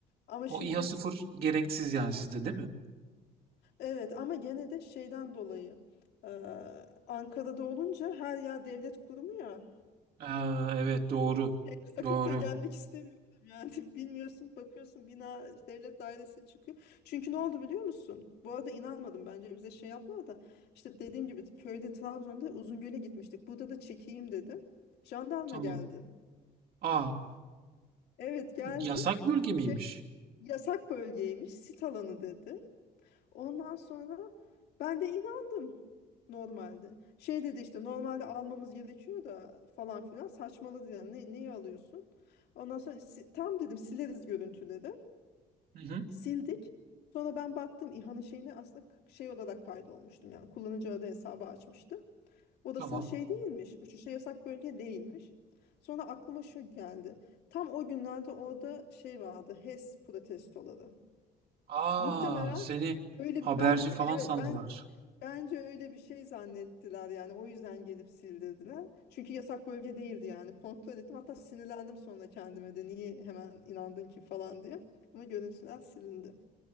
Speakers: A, on the left (about 80°); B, on the right (about 65°).
A: Ama şimdi
B: O İHA sıfır gereksiz yani sizde değil mi?
A: evet ama gene de şeyden dolayı eee, Ankara'da olunca her yer devlet kurumu ya.
B: Aa, evet doğru.
A: şey, sakata
B: Doğru.
A: gelmek istemiyordum yani <laughs> bilmiyorsun bakıyorsun bina devlet dairesi çıkıyor. Çünkü ne oldu biliyor musun? Bu arada inanmadım bence bize şey yaptılar da işte dediğim gibi köyde Trabzon'da Uzungöl'e gitmiştik. Burada da çekeyim dedim. Jandarma
B: Tamam.
A: geldi.
B: Aa,
A: Evet geldi.
B: yasak bölge miymiş?
A: Şey yasak bölgeymiş sit alanı dedi. Ondan sonra ben de inandım normalde. Şey dedi işte normalde almamız gerekiyor da falan filan saçmaladı yani ne, neyi alıyorsun? Ondan sonra si- tam dedim sileriz görüntüleri.
B: Hı hı.
A: Sildik. Sonra ben baktım İHA'nın şeyini aslında k- şey olarak kaydolmuştum yani kullanıcı adı hesabı açmıştım. Odası
B: Tamam.
A: şey değilmiş, uçuşa yasak bölge değilmiş. Sonra aklıma şu geldi. Tam o günlerde orada şey vardı, HES protestoları.
B: Aa,
A: Muhtemelen
B: seni
A: Öyle
B: haberci
A: ben
B: falan
A: evet
B: sandılar.
A: ben Bence öyle bir şey zannettiler yani o yüzden gelip sildirdiler. Çünkü yasak bölge değildi yani kontrol ettim hatta sinirlendim sonra kendime de niye hemen inandın ki falan diye. Ama görüntüler silindi.